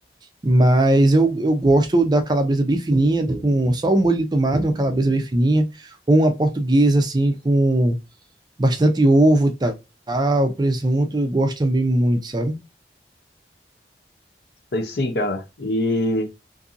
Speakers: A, on the right; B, on the left.
A: Mas eu, eu gosto da calabresa bem fininha, com só o molho de tomate, uma calabresa bem fininha, ou uma portuguesa assim, com bastante ovo e tal, presunto, eu gosto também muito, sabe?
B: tem sim, cara. E